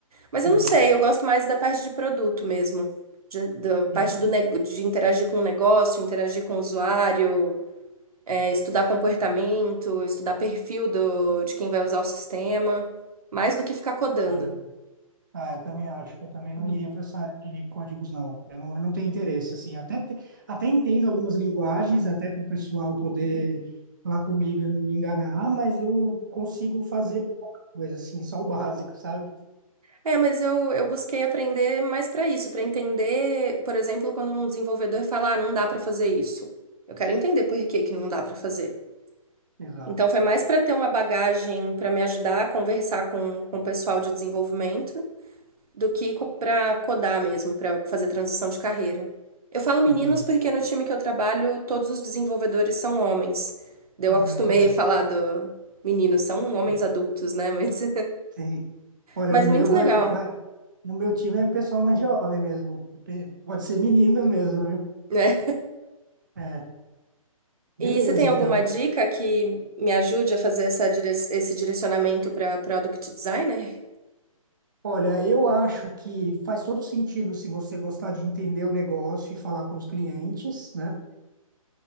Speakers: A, on the right; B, on the right.
A: Mas eu
B: Uhum,
A: não sei, eu gosto mais da parte de produto mesmo. de- da parte
B: entendi.
A: do, nego- de interagir com o negócio, interagir com o usuário, é, estudar comportamento, estudar perfil do, de quem vai usar o sistema, mais do que ficar codando.
B: Ah, eu ah, eu também acho que eu também não
A: Uhum,
B: iria para essa área de códigos, não. Eu não, eu não tenho interesse, assim. Até, te- até entendo algumas linguagens, até para o pessoal poder
A: uhum.
B: falar comigo e não me enganar, mas eu consigo fazer pouca coisa, assim, só o básico, sabe?
A: É, mas eu, eu busquei aprender mais para isso, para entender, por exemplo, quando um desenvolvedor fala, ah, não dá para fazer isso. Eu quero entender por que que não dá para fazer.
B: Exato,
A: Então foi mais para ter uma bagagem para me ajudar a conversar com, com o pessoal de desenvolvimento do que para codar mesmo, para fazer transição de carreira. Eu falo meninos
B: entendi.
A: porque no time que eu trabalho, todos os desenvolvedores são homens. Daí
B: Ah,
A: Eu acostumei
B: no meu também.
A: a falar do meninos, são homens
B: É,
A: adultos, né? Mas, <laughs>
B: tem- Olha,
A: mas
B: no
A: muito
B: meu vai,
A: legal,
B: vai- no meu time é pessoal mais jovem mesmo. Pe- Pode ser meninos mesmo, viu?
A: né?
B: É, beleza,
A: E você tem
B: então.
A: alguma dica que me ajude a fazer essa dire- esse direcionamento para product designer?
B: Olha, eu acho que faz todo sentido se você gostar de entender o negócio e falar com os clientes, né?